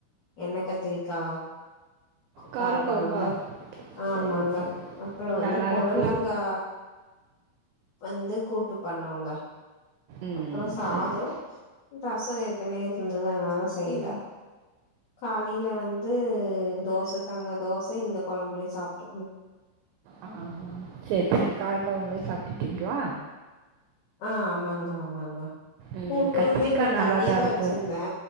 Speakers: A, on the left (about 75°); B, on the right (about 85°).
A: எண்ணெ கத்திரிக்கா கார
B: காரக்குழம்பா
A: கொழம்பு ஆமாங்க
B: சரி சரி
A: அப்பற வந்து
B: நல்லாயிருக்கும்
A: பொடலங்கா வந்து கூட்டு பண்ணோங்க
B: ம்
A: அப்றோ சாதோ
B: செரி
A: ரசோ ஏற்கனே இருந்துது அதனால செய்ல காலில வந்து தோச தங்க தோச இந்த கொழம்ப்லே சாப்ட்டுக்குனோ
B: ஆ செரி செரி காரக்கொழம்ப்ளே சாப்ட்டுட்டீங்ளா
A: ஆ ஆமாங்க ஆமாங்க
B: ம்
A: கூட்டுமே
B: கத்திரிக்காய்
A: கொஞ்
B: நல்லா
A: தண்ணியாதா
B: தான் இருக்கும்
A: வெச்சிந்தே